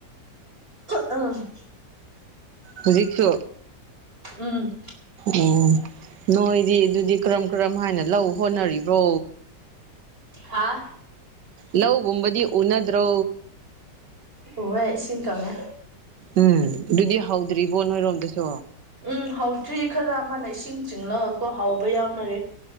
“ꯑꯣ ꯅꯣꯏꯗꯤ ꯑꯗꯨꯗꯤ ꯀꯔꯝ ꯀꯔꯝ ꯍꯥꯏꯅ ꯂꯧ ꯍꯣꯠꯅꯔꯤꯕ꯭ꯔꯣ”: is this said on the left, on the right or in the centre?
Right